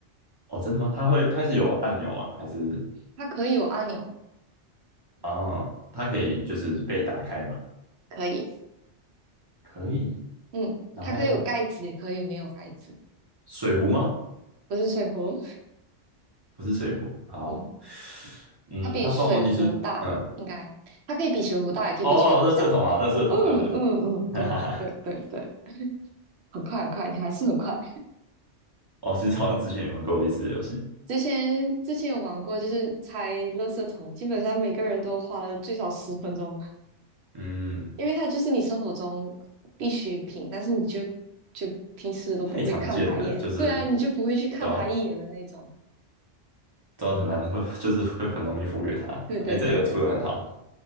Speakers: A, on the right (about 30°); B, on the right (about 70°).
A: 哦，真的吗？它会，它是有按钮吗？还是
B: 它可以有按钮，
A: 啊，它可以就是被打开吗？
B: 可以，
A: 可以。
B: 嗯，
A: 然后
B: 它可以有盖子，也可以没有盖子。
A: 水壶吗？
B: 不是水壶，
A: 不是水壶。
B: <laughs>
A: 好，
B: 嗯，
A: 嗯，
B: 它比水壶大，
A: 它装的东西是，嗯，
B: 应该，它可以比水壶大，也可以比水壶小。
A: 哦，垃圾桶啊，垃圾桶，
B: 嗯嗯嗯，
A: 对不对？<laughs>
B: 对对对对，
A: 哈哈哈。
B: 很快很快，你还是很快。
A: 哦，其实好像之前也玩过类似的游戏。
B: 之前之前有玩过，就是拆垃圾桶，基本上每个人都花了最少十分钟。
A: 嗯，
B: 因为它就是你生活中必需品，但是你就就平时都不会看它一眼，
A: 太常见了，就是，
B: 对啊，你就不会去看它一眼的那种。
A: 对啊，的很难，<laughs> 就是会很容易忽略它。
B: 对对对对
A: 哎，这个出的很好，